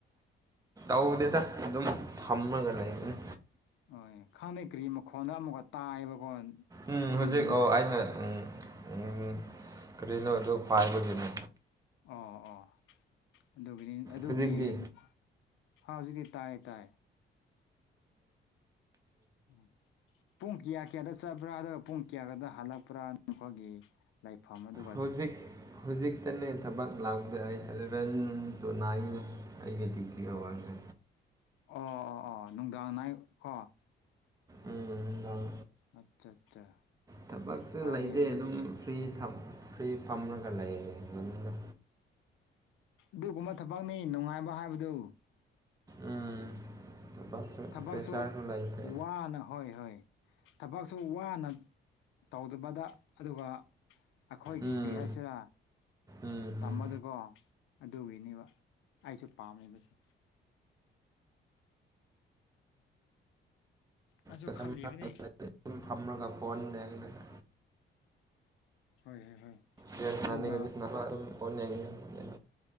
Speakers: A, on the right; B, on the left.
A: ꯇꯧꯗꯦꯗ ꯑꯗꯨꯝ ꯐꯝꯂꯒ ꯂꯩꯕꯅ‌ꯦ
B: ꯍꯣꯏ ꯈꯪꯅꯩ ꯀ꯭ꯔꯤ ꯃꯈꯣꯟꯅꯣ ꯑꯃꯨꯛꯀ ꯇꯥꯏꯌꯦꯕꯀꯣ
A: ꯎꯝ
B: ꯅꯪꯒꯤꯃ
A: ꯍꯧꯖꯤꯛ ꯑꯣ
B: __
A: ꯑꯩꯅ ꯎꯝ ꯎꯝꯍꯨꯝ ꯀꯔꯤꯅꯣ ꯑꯗꯨ ꯄꯥꯏꯕꯒꯤꯅꯦ
B: ꯑꯣ ꯑꯣ ꯑꯗꯨꯒꯤꯅꯤ ꯑꯗꯨꯒꯤ
A: ꯍꯧꯖꯤꯛꯇꯤ
B: ꯃꯈꯣꯟ__ ꯍꯥꯥ ꯍꯧꯖꯤꯛꯇꯤ ꯇꯥꯏ ꯇꯥꯏ ꯎꯝ ꯄꯨꯡ ꯀꯌꯥ ꯀꯌꯥꯗ ꯆꯠꯄ꯭ꯔꯥ ꯑꯗꯨꯒ ꯄꯨꯡ ꯀꯌꯥꯗ ꯍꯜꯂꯛꯄ꯭ꯔꯥ ꯅꯈꯣꯏꯒꯤ ꯂꯩꯐꯝ ꯑꯗꯨ
A: ꯍꯧꯖꯤꯛ ꯍꯨꯖꯤꯛ ꯑꯩꯇꯅꯦ ꯊꯕꯛ ꯂꯥꯛꯄꯗ ꯑꯩ ꯑꯦꯂꯚꯦꯟ ꯇꯨ ꯅꯥꯏꯟ ꯑꯩꯒꯤ ꯗ꯭ꯌꯨꯇꯤ ꯑꯋꯥꯔꯅꯦ
B: ꯑꯣ ꯑꯣ ꯑꯣ ꯅꯨꯡꯗꯥꯡ ꯅꯥꯏꯠ ꯀꯣ
A: ꯎꯝ ꯅꯨꯡꯗꯥꯡ
B: ꯑꯠꯆꯥ ꯑꯠꯆꯥ
A: ꯊꯕꯛꯁꯨ
B: ꯐꯩꯅꯦ
A: ꯂꯩꯇꯦ
B: ꯑꯗꯨꯗꯤ
A: ꯑꯗꯨꯝ ꯐ꯭ꯔꯤ ꯐ꯭ꯔꯤ ꯐꯝꯔꯒ ꯂꯩ ꯃꯅꯨꯡꯗ
B: ꯑꯗꯨꯒꯨꯝꯕ ꯊꯕꯛꯅꯤ ꯅꯨꯡꯉꯥꯏꯕ ꯍꯥꯏꯕꯗꯨ
A: ꯎꯝ <inaudible>
B: ꯊꯕꯛꯁꯨ
A: ꯂꯩꯇꯦ
B: ꯋꯥꯅ ꯍꯣꯏ ꯍꯣꯏ ꯊꯕꯛꯁꯨ ꯋꯥꯅ ꯇꯧꯗꯕꯗ ꯑꯗꯨꯒ ꯑꯩꯈꯣꯏꯒꯤ
A: ꯎꯝ
B: ꯀꯔꯤ ꯍꯥꯏꯁꯤꯔ
A: ꯎꯝ ꯎꯝ
B: ꯇꯝꯕꯗꯀꯣ ꯑꯗꯨꯒꯤꯅꯦꯕ ꯑꯩꯁꯨ ꯄꯥꯝꯃꯤꯕꯁꯦ ꯑꯩꯁꯨ
A: ꯀꯁꯝ
B: ꯈꯜꯂꯤꯕꯅꯤ
A: <unintelligible> ꯐꯝꯔꯒ ꯐꯣꯟ ꯌꯦꯡꯔꯒ
B: ꯍꯣꯏ ꯍꯣꯏ ꯍꯣꯏ
A: ꯒ꯭ꯌꯥꯟ ꯇꯥꯅꯤꯡꯉꯗꯤ
B: ꯑꯗꯨꯒ
A: ꯁꯥꯅꯕ ꯑꯗꯨꯝ ꯐꯣꯟ ꯌ‌ꯦꯡꯉꯤ